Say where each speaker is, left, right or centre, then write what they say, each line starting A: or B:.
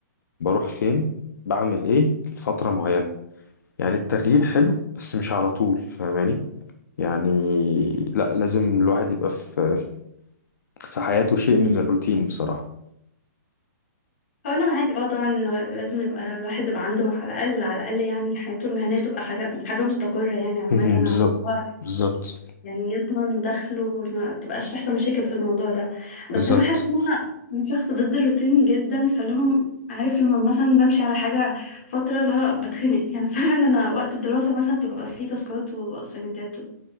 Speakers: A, on the left; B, on the left.
A: بروح فين بعمل إيه لفترة معينة يعني التغيير حلو بس مش على طول فاهماني يعني لا لازم الواحد يبقى في في حياته شيء من الروتين بصراحة
B: هو انا معاك اه طبعا لو- لازم يبقى الواحد يبقى عنده على الاقل على الاقل يعني حياته المهنيه تبقى حاجه حاجه مستقره يعني عامه
A: <laughs> بالظبط
B: عشان هو
A: بالظبط
B: يعني يضمن دخله وما تبقاش تحصل مشاكل في الموضوع ده بس
A: بالظبط
B: انا حاسه ان انا من شخص ضد الروتين جدا فلهم عارف لما مثلا بمشي على حاجه فتره لا بتخنق يعني <laughs> فعلا انا وقت الدراسه مثلا بتبقى فيه تاسكات واسايمنتات